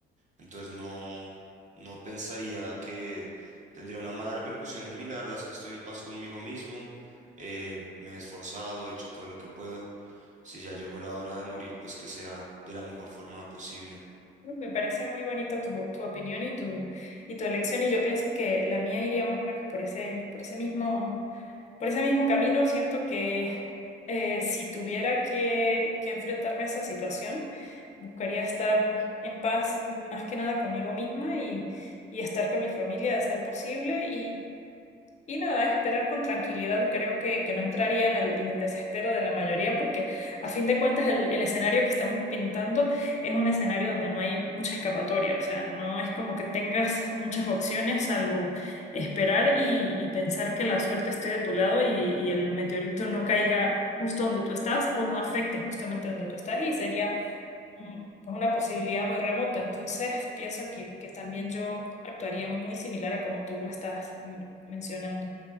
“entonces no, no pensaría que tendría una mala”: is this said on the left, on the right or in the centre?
Right